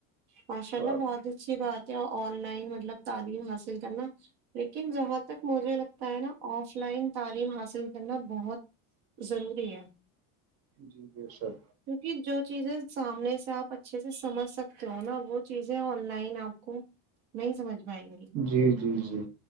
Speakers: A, on the right (about 55°); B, on the right (about 35°).
A: ماشاء
B: تو
A: اللہ
B: آپ
A: بہت اچھی بات آن لائن مطلب تعلیم حاصل کرنا لیکن جہاں تک مجھے لگتا ہے نا آف لائن تعلیم حاصل کرنا بہت ضروری ہے
B: جی بے شر
A: کیونکہ جو چیزیں سامنے سے آپ اچھے سے سمجھ سکتے ہو نا وہ چیزیں آن لائن آپ کو نہیں سمجھ پائیں گی
B: جی جی جی جی